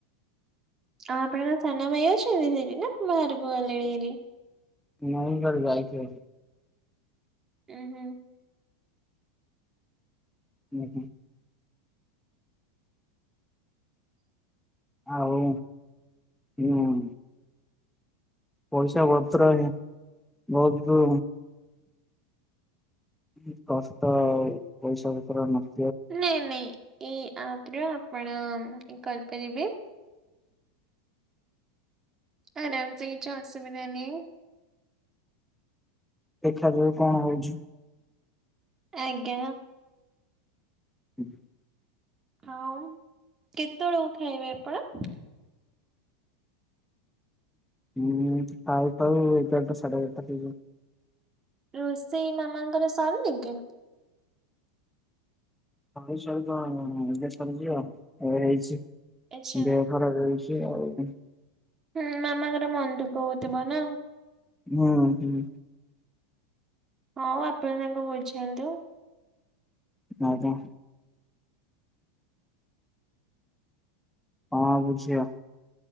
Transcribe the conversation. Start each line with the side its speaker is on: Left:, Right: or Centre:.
Right: ଆ ଆପଣଙ୍କର ସାନ ଭାଇ ଅଛନ୍ତି ସେଠି ନା ବାହାରକୁ ଗଲେଣି ହେରି।
Centre: ନାଇ କୁଆଡେ ଯାଇଥିବ।
Right: ଉଁ ହୁଁ।
Centre: ହୁଁ ହୁଁ। ଆଉ ହୁଁ। ପଇସା ବତ୍ର ଭି ବହୁତୁ ଉ କଷ୍ଟ ଆଉ ପଇସା ପତ୍ର ନ
Right: ନେଇଁ ନେଇଁ ଏଇ ଆପ ରେ ଆପଣ ହିଁ କରିପାରିବେ। ଆରାମ ସେ କିଛି ଅସୁବିଧା ନେଇଁ।
Centre: ଦେଖା ଯାଉ କଣ ହଉଛି।
Right: ଆଜ୍ଞା। ହା
Centre: <inaudible>
Right: ହାଉ କେତେବେଳକୁ ଖାଇବେ ଆପଣ?
Centre: ହୁଁ ଖାଉଖାଉ ଏଗାରଟା ସାଢେ ଏଗାରଟା ହେଇଯାଏ।
Right: ରୋଷେଇ ମାମାଙ୍କର ସରୁନୀ କି।
Centre: ହଇସଇ ତ ଦେଖାରୁଛି ଆଉ ଏ ହେଇଛି
Right: ଆଚ୍ଛା
Centre: ଦେହ
Right: ହୁଁ
Centre: ଖରାପ ହେଇଛି। କେ ଆଉ।
Right: ହୁଁ ମାମାଙ୍କର ମନ ଦୁଃଖ ହଉଥିବ ନା।
Centre: ହୁଁ ହୁଁ।
Right: ଆଉ ଆପଣ ତାଙ୍କୁ ବୁଝାନ୍ତୁ।
Centre: ଆଜ୍ଞା। ହଁ ବୁଝିବା।